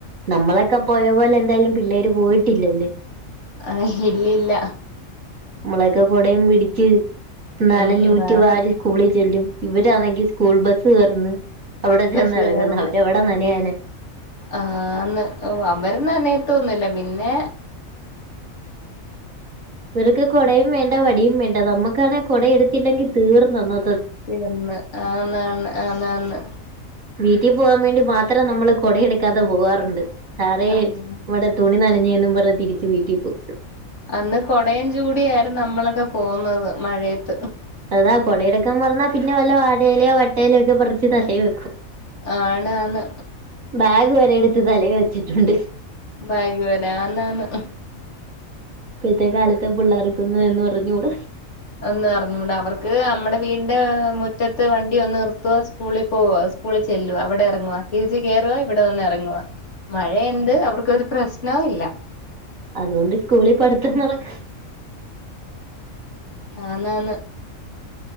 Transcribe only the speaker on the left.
ആഹ ഇല്ലില്ല
ഉം ആന്ന്
ബസ്
കേറുന്ന്
ആന്ന് ഓഹ് അവര് നനയത്തൊന്നില്ല പിന്നെ
തീർന്ന് ആന്നാണ് ആ നന്ന്
ആഹ്
അന്ന് കൊടയും ചൂടി ആയായിർന്നു നമ്മളൊക്കെ പോന്നത് മഴയത്ത്
ആണാന്ന്
ബാഗ് വരെ ആന്നാന്ന്
ഒന്ന് അറിഞ്ഞൂടാ അവർക്ക് നമ്മടെ വീടിന്റെ മുറ്റത്ത് വണ്ടി വന്ന് നിർത്തുവ സ്കൂളിൽ പോവ സ്കൂളിൽ ചെല്ലുവ അവിടെ ഇറങ്ങുവാ തിരിച്ചു കേറുവ ഇവിടെ വന്ന് ഇറങ്ങുവ മഴ എന്ത് അവർക്കൊരു പ്രശ്നോല്ല
ആന്ന് ആന്ന്